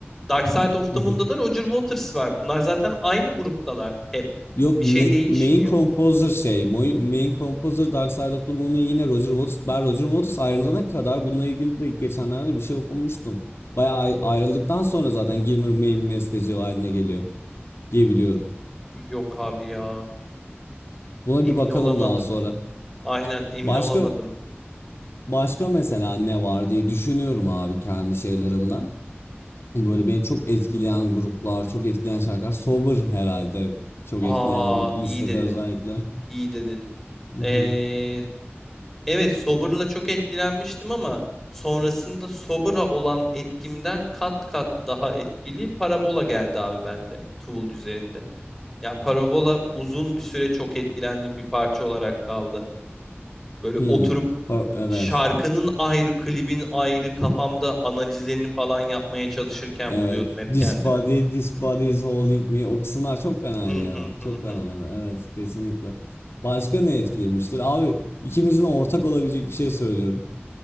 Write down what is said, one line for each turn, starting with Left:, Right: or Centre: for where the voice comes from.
Centre: Dark Side of the
Left: <laughs>
Centre: Moon'da da Roger Waters var. Bunlar zaten aynı gruptalar hep.
Left: Yok
Centre: Bir
Left: ma-
Centre: şey değişmiyor.
Left: main composer şey. mo- Main composer Dark Side of the Moon'un yine Roger Waters. Ben Roger Waters ayrılana kadar bununla ilgili de geçenlerde bir şey okumuştum. Bayağı ay- ayrıldıktan sonra zaten Gilmour main besteci haline geliyor diye biliyorum.
Centre: Yok abi ya.
Left: Buna
Centre: Emin
Left: bir bakalım
Centre: olamadım.
Left: daha sonra.
Centre: Aynen emin
Left: Başka
Centre: olamadım.
Left: Başka mesela ne var diye düşünüyorum abi kendi şeylerimden. Böyle beni çok etkileyen gruplar, çok etkileyen şarkılar. Sober herhalde. Çok
Centre: Aa
Left: etkileyen lisede
Centre: iyi dedin.
Left: özellikle.
Centre: iyi dedin.
Left: Mhm.
Centre: Ee, Evet, Sober'la çok etkilenmiştim ama sonrasında Sober'a olan etkimden kat kat daha etkili Parabola geldi abi bende Tool üzerinde. Yani Parabola uzun bir süre çok etkilendiğim bir parça olarak kaldı. Böyle
Left: Hmm.
Centre: oturup
Left: Par- Evet.
Centre: şarkının ayrı, klibin ayrı kafamda analizlerini falan yapmaya çalışırken
Left: Evet.
Centre: buluyordum hep
Left: This
Centre: kendimi.
Left: body, this body is holding me. O kısımlar çok fenaydı
Centre: Hı
Left: ya.
Centre: hı hı
Left: Çok
Centre: hı.
Left: fenaydı. Evet, kesinlikle. Başka ne etkilemiştir? Abi ikimizin ortak olabilecek bir şey söylüyorum.